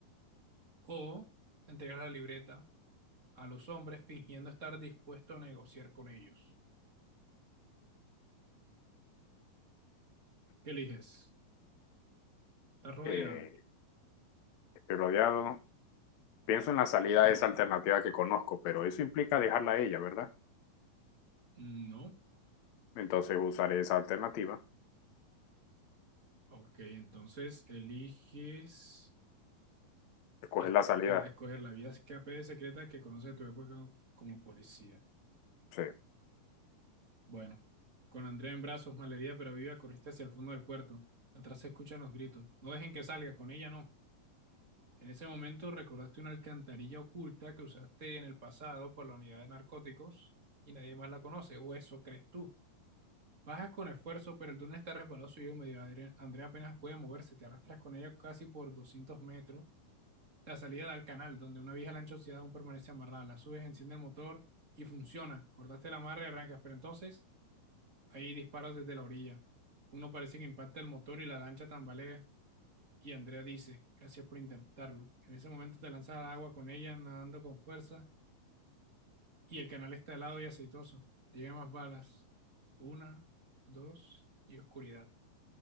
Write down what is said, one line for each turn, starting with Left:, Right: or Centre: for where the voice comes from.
Right: o entregar la libreta a los hombres fingiendo estar dispuesto a negociar con ellos. ¿Qué eliges? ¿Estás rodeado?
Left: Eh, estoy rodeado. Pienso en la salida de esa alternativa que conozco, pero eso implica dejarla a ella, ¿verdad?
Right: No.
Left: Entonces usaré esa alternativa,
Right: Ok, entonces eliges
Left: escoger
Right: es-
Left: la salida.
Right: el- escoger la vía escape secreta que conoce tu época como como policía.
Left: Sí.
Right: Bueno, con Andrea en brazos, malherida pero viva, corriste hacia el fondo del puerto. Atrás se escuchan los gritos. No dejen que salga, con ella no. En ese momento recordaste una alcantarilla oculta que usaste en el pasado por la unidad de narcóticos y nadie más la conoce, o eso crees tú. Bajas con esfuerzo, pero el túnel está resbaloso y húmedo. Adre- Andrea apenas puede moverse, te arrastras con ella casi por 200 metros. La salida da al canal, donde una vieja lancha oxidada aún permanece amarrada. La subes, enciende el motor y funciona. Cortaste la amarra y arrancas, pero entonces ahí disparas desde la orilla. Uno parece que impacta el motor y la lancha tambalea. Y Andrea dice, gracias por intentarlo. En ese momento te lanzas al agua con ella, nadando con fuerza, y el canal está helado y aceitoso. Llegan más balas. Una, dos y oscuridad.